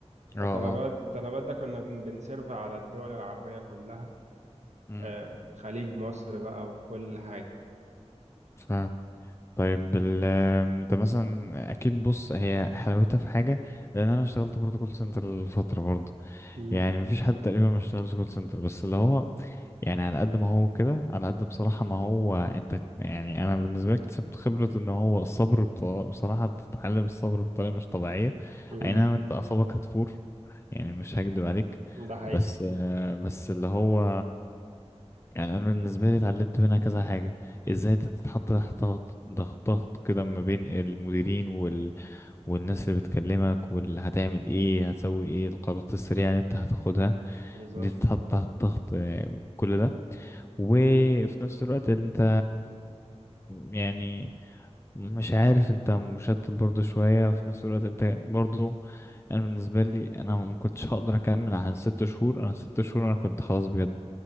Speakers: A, on the left (about 25°); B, on the right (about 75°).
A: اه
B: فطلبات
A: اه
B: طلبات ده كنا بن- بنسيرف على الدول العربية كلها
A: امم
B: آه، خليج مصر بقى وكل حاجة
A: فاهم طيب ال- آم، انت مثلا اكيد بص هي حلاوتها في حاجة لان انا اشتغلت برضه كول سنتر لفتره برضه
B: مهم.
A: يعني مفيش حد تقريبا ما اشتغلش كول سنتر بس اللي هو يعني على قد ما هو كده على قد بصراحة ما هو انت يعني انا بالنسبة لي اكتسبت خبرة ان هو الصبر بطريقة بصراحة بتتعلم الصبر بطريقة مش طبيعية
B: مهم.
A: اي نعم انت اعصابك هتفور يعني مش هكدب عليك
B: ده حقيقي
A: بس آه، بس اللي هو يعني انا بالنسبة لي اتعلمت منها كذا حاجة ازاي انت تتحط تحت ضغط ضغط ضغط كده ما بين المديرين وال... والناس اللي بتكلمك واللي هتعمل ايه هتسوي ايه القرارات السريعة اللي انت هتاخدها
B: بالظبط
A: بتتحط تحت ضغط كل ده وفي
B: مهم.
A: نفس الوقت انت يعني مش عارف انت مشتت برضه شوية في نفس الوقت انت برضه انا بالنسبة لي انا ما كنتش هقدر اكمل عن ست شهور انا ست شهور انا كنت خلاص بجد